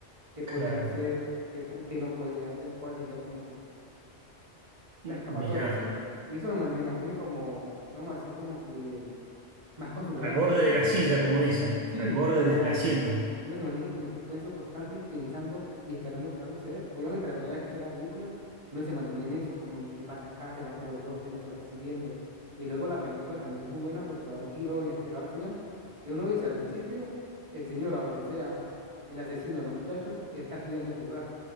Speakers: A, on the right; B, on the right.
A: ¿Qué
B: claro.
A: podría hacer? ¿Qué, po- qué no podría hacer? ¿Cuál sería como que la
B: M-
A: escapatoria,
B: Mirá,
A: sí? Y eso lo man- me mantiene como, vamos a decir, como que más concentrado
B: al
A: en la
B: borde
A: película.
B: de la silla, como dicen,
A: Sí,
B: al borde
A: como
B: del asiento.
A: Uno se mantiene como en suspenso constante, pensando y esperando qué va a suceder. Obviamente, la primera vez que se ve la película, uno se mantiene en eso, como, ¿y qué pasa acá? ¿Será que lo oyó? ¿Será que lo está siguiendo? Y luego la película también es muy buena porque da un giro inesperado al final, que uno dice, al principio, el señor, aunque sea el asesino de los muchachos, está cuidando su hogar,